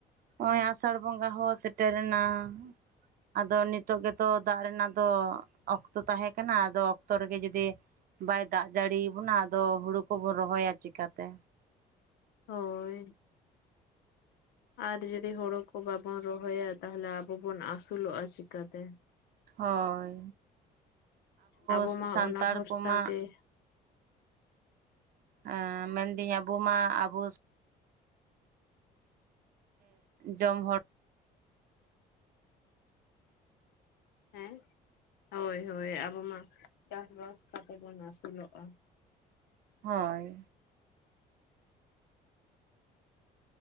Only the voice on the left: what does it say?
ᱦᱳᱭ ᱾ ᱟᱨ ᱡᱩᱫᱤ ᱦᱳᱲᱳ ᱠᱚ ᱵᱟᱵᱚᱱ ᱨᱚᱦᱚᱭᱟ, ᱛᱟᱦᱚᱞᱮ ᱟᱵᱚ ᱵᱚᱱ ᱟᱹᱥᱩᱞᱚᱜ-ᱟ ᱪᱤᱠᱟᱹᱛᱮ?
ᱟᱵᱚ
ᱢᱟ ᱚᱱᱟ ᱵᱷᱚᱨᱥᱟ
ᱜᱮ ᱾
ᱦᱮᱸ, ᱦᱳᱭ ᱦᱳᱭ ᱾ ᱟᱵᱚ ᱢᱟ ᱪᱟᱥ ᱵᱟᱥ ᱠᱟᱛᱮ ᱵᱚᱱ ᱟᱹᱥᱩᱞᱚᱜᱼᱟ ᱾